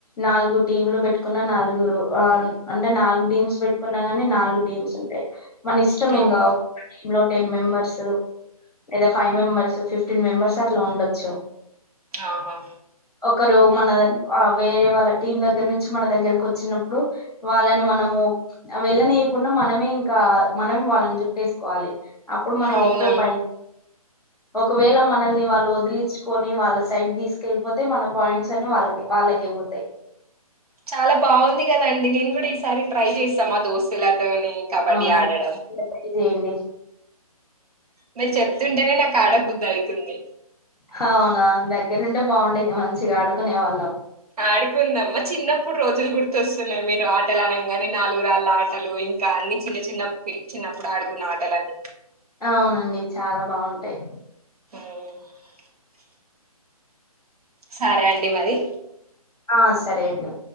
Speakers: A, in the centre; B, on the right.
A: నాలుగు టీమ్లు బెట్టుకున్న నలుగురు ఆ అంటే నాలుగు టీమ్స్ బెట్టుకున్న కగాని నాలుగు టీమ్స్ ఉంటాయి మన ఇష్టం ఇంగ
B: అవునా
A: ఒ లో టెన్ మెంబర్స్ లేదా ఫైవ్ మెంబెర్స్ ఫిఫ్టీన్ మెంబెర్స్ అట్ల ఉండొచ్చు
B: ఆహా
A: ఒకరు మన దగ్ ఆ వేరే వాళ్ళ టీం దగ్గర నుంచి మన దగ్గరకి ఒచ్చినప్పుడు వాళ్ళని మనము వెళ్ళనీయకుండా మనమే ఇంకా మనం వాళ్ళని జుప్ పెట్ కోవాలి అప్పుడు మనకు
B: అవునా
A: ఎక్కువ ప ఒకవేళ మనల్ని వాళ్ళు వదిలిచ్చుకొని వాళ్ళ సైడ్ దీస్కెళ్ళిపోతే మన పాయింట్స్ అన్ని వాళ్ళకె వాళ్ళకె వోతయ్
B: చాలా బావుంది గదండి నేను గూడా ఈసారి ట్రై జేస్త మా దోస్తుల తోని కబడ్డీ
A: అవునండి
B: ఆడడం
A: ట్రై చేయండి
B: మీర్ చెప్ తుంటెనే నాకు ఆడ బుద్దయితుంది
A: హవునా దగ్గరుంటే బాగుండేది మంచిగా ఆడుకునే వాళ్ళం
B: ఆడుకుందామ్మా చిన్నప్పుడు రోజులు గుర్తోస్తున్నయి మీరు ఆటలు అనంగానే నాలుగురాళ్ళ ఆటలు ఇంకా అన్ని చిన్న చిన్న పియ్ చిన్నప్పుడు ఆడుకున్న ఆటలన్నీ
A: అవునండి చాలా బాగుంటాయి
B: హ్మ్ సరే అండి మరి
A: ఆ సరే అండి